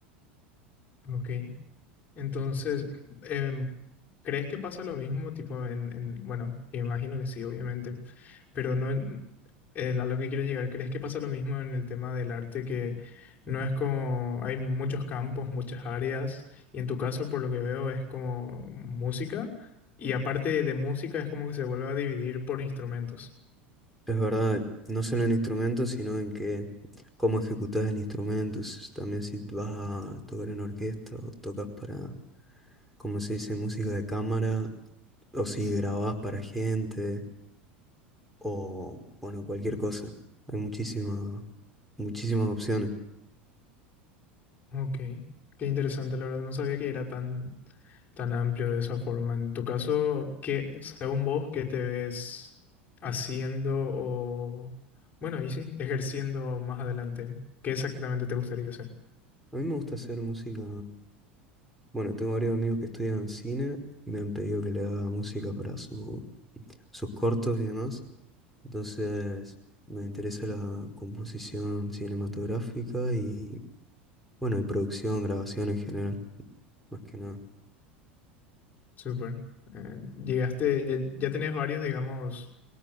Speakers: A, on the left; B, in the centre.
A: Ok, entonces, em, ¿crees que pasa lo mismo tipo en, en... Bueno, imagino que sí, obviamente, pero no, el- a lo que quiero llegar, ¿crees que pasa lo mismo en el tema del arte que no es como hay muchos campos, muchas áreas y en tu caso por lo que veo es como música y aparte de música es como que se vuelve a dividir por instrumentos?
B: Es verdad, no solo en instrumentos, sino en que cómo ejecutas el instrumento, s- también si vas a tocar en orquesta o tocas para, como se dice, música de cámara, o si grabás para gente. o, bueno, cualquier cosa. Hay muchísimas, muchísimas opciones.
A: Ok, qué interesante, la verdad, no sabía que era tan, tan amplio de esa forma. En tu caso, ¿qué, según vos, qué te ves haciendo o, bueno, y sí, ejerciendo más adelante? ¿Qué exactamente te gustaría hacer?
B: A mí me gusta hacer música. Bueno, tengo varios amigos que estudian cine, me han pedido que le haga música para su, sus cortos y demás. Entonces, me interesa la composición cinematográfica y, bueno, y producción, grabación en general, más que nada.
A: Súper. Eh, llegaste, ya, ya tenés varios, digamos,